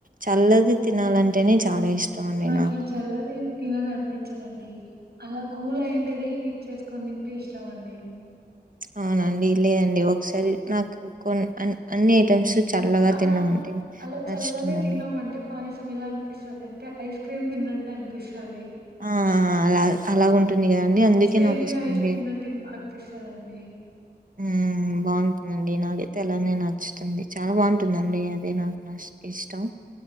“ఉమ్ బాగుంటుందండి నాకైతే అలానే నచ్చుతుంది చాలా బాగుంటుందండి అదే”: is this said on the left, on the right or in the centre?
Right